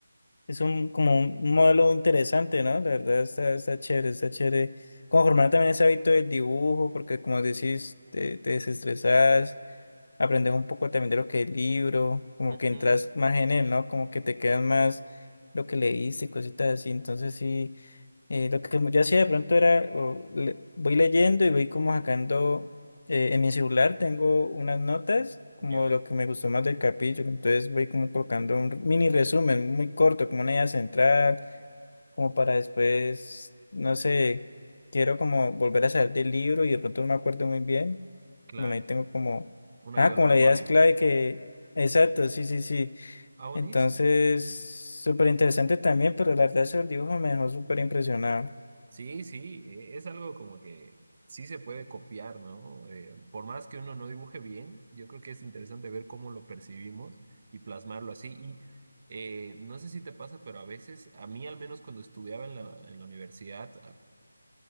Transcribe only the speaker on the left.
es un como un modelo interesante, ¿no? La verdad está, está chévere, está chévere. Como formar también ese hábito del dibujo, porque como decís, te, te desestresás aprendes un poco también de lo que es el libro, como
que entras más en él, ¿no? Como que te quedan más lo que leíste y cositas así. Entonces sí, eh, lo que yo hacía de pronto era, o le- voy leyendo y voy como sacando, eh, en mi celular tengo unas notas, como
lo que me gustó más del capítulo, entonces voy como colocando un mini resumen muy corto, como una idea central como para después, no sé, quiero como volver a salir del libro y de pronto no me acuerdo muy bien.
Bueno, ahí tengo como,
ah,
como
la idea es clave que, exacto, sí, sí, sí.
Entonces, súper interesante también, pero la verdad eso del dibujo me dejó súper impresionado.